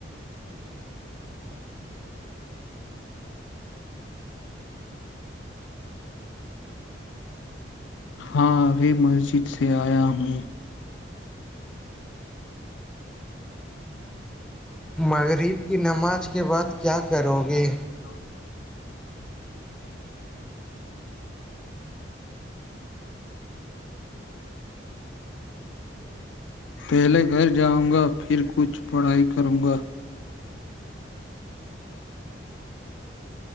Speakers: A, on the left; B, in the centre.
A: ہاں ابھی مسجد سے آیا ہوں
B: مغرب کی نماز کے بعد کیا کرو گے
A: چلو پہلے گھر جاؤں گا پھر کچھ پڑھائی کروں گا